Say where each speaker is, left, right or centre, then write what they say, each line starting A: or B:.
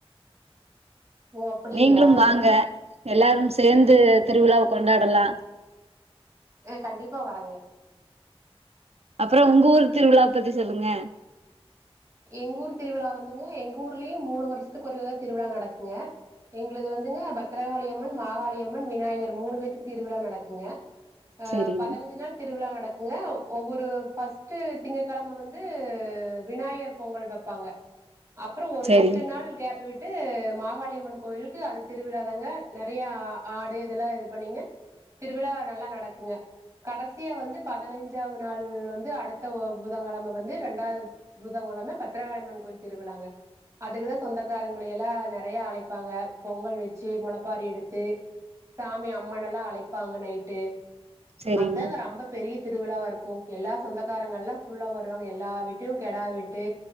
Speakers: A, on the right; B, on the right.
A: ஓ அப்படிங்களா
B: நீங்களு வாங்க எல்லாரு சேந்து திருவிழாவ கொண்டாடலா
A: அ கண்டிப்பா வரங்க
B: அப்புறோ உங்க ஊர் திருவிழா பத்தி சொல்லுங்க
A: எங்க ஊர் திருவிழா வந்துங்க எங்க ஊர்லயு மூணு வருஷ்த்துக்கு ஒருக்க தா திருவிழா நடக்குங்க எங்களுது வந்துங்க பத்தரகாளியம்மன் மாகாளியம்மன் விநாயகர் மூணு பேத்துக்கு திருவிழா நடக்குங்க அ
B: செரிங்
A: பதனஞ்சு நாள் திருவிழா நடக்குங்க ஒவ்வொரு ஃபஸ்ட்டு திங்க கெழம வந்து விநாயகர் பொங்கல் வெப்பாங்க அப்புறோ ஒரு
B: செரிங்
A: எட்டு நாள் கேப் விட் டு மாகாளியம்மன் கோயிலுக்கு அத திருவிழாதாங்க நெறைய ஆடு இதெல்லா இது பண்ணீங்க திருவிழா நல்லா நடக்குங்க கடசியா வந்து பதினஞ்சாவது நாள் வந்து அடுத்த புதன்கெழம வந்து ரெண்டாவது புதன் கெழம பத்ரகாளம்மன் கோவில் திருவிழாங்க அதுக்குதா சொந்தக்காரங்கள எல்லா நெறைய அழைப்பாங்க பொங்கல் வெச்சி மொளப்பாரி எடுத்து சாமி அம்மன எல்லா அழைப்பாங்க நைட்டு
B: செரிங்
A: அத்தாங்க ரொம்ப பெரிய திருவிழாவா இருக்கு எல்லா சொந்தக்காரங்கல்லா ஃபுல்லா வருவாங்க எல்லா வீட்லயு கெடா வெட்டு